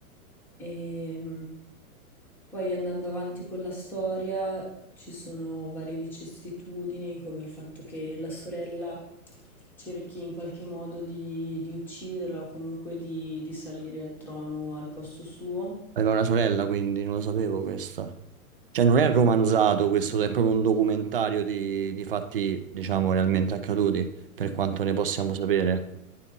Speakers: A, in the centre; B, on the right (about 40°).
A: E mm, poi andando avanti con la storia ci sono varie vicissitudini, come il fatto che la sorella Cerchi in qualche modo di di ucciderla o comunque di di salire al trono al posto suo.
B: Aveva una sorella, quindi non lo sapevo questo. Cioè, non è romanzato questo, è proprio un documentario di, di fatti, diciamo, realmente accaduti, per quanto ne possiamo sapere.